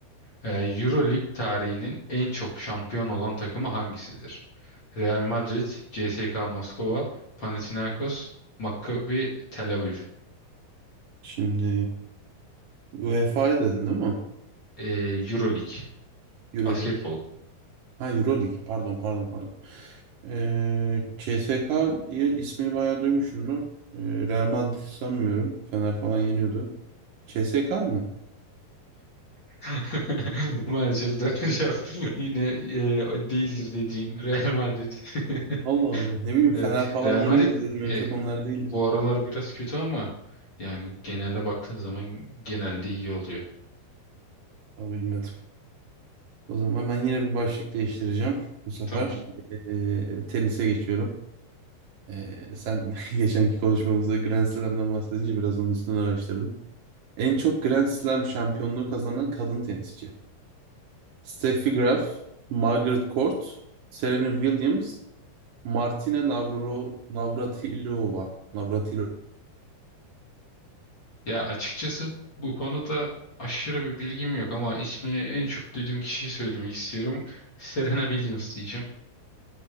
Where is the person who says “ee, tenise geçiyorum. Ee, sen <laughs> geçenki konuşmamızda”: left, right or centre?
Right